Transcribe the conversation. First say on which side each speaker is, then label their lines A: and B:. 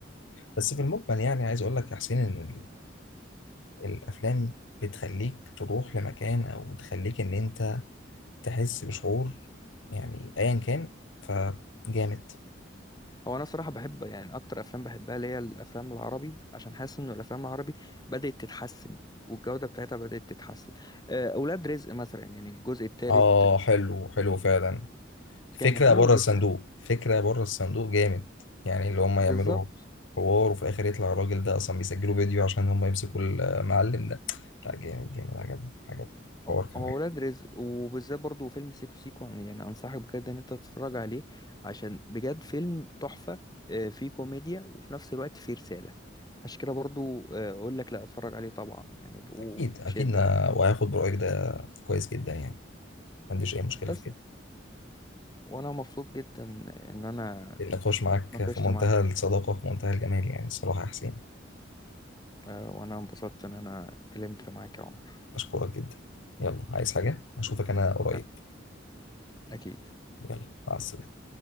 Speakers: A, on the left (about 80°); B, on the left (about 20°).
A: بس في المجمل يعني عايز اقول لك يا حسين ان ال- الافلام بتخليك تروح لمكان او تخليك ان انت تحس بشعور يعني ايا كان فجامد
B: هو انا صراحه بحب يعني اكتر افلام بحبها اللي هي الافلام العربي عشان حاسس ان الافلام العربي بدات تتحسن والجوده بتاعتها بدات تتحسن آه، اولاد رزق مثلا يعني الجزء الثالث
A: اه حلو حلو فعلا فكرة
B: كان حلو
A: بره
B: جدا
A: الصندوق فكرة بره الصندوق جامد يعني اللي هم
B: بالظبط
A: يعملوا حوار وفي الآخر يطلع الراجل ده أصلا بيسجلوا فيديو عشان هم يمسكوا المعلم ده لا جامد جامد عجبني عجبني الحوار
B: هو
A: كان
B: هو
A: عجبني
B: اولاد رزق وبالذات برضو فيلم سيكو سيكو يعني انصحك بجد ان انت تتفرج عليه عشان بجد فيلم تحفه آه، فيه كوميديا وفي نفس الوقت فيه رساله عشان كده برضو آه، اقول لك لا اتفرج عليه طبعا يعني ب- وبشده
A: أكيد أكيد أنا
B: كمان
A: وهاخد برأيك ده كويس جدا يعني ما عنديش أي مشكلة
B: بس
A: في كده
B: وانا مبسوط جدا ان انا
A: النقاش معاك
B: ناقشت
A: في منتهى
B: معاك
A: الصداقة في منتهى الجمال يعني الصراحة يا حسين
B: آه، وانا انبسطت ان انا اتكلمت معاك يا عمر
A: أشكرك جدا يلا عايز حاجة أشوفك أنا قريب
B: لا اكيد
A: يلا مع السلامة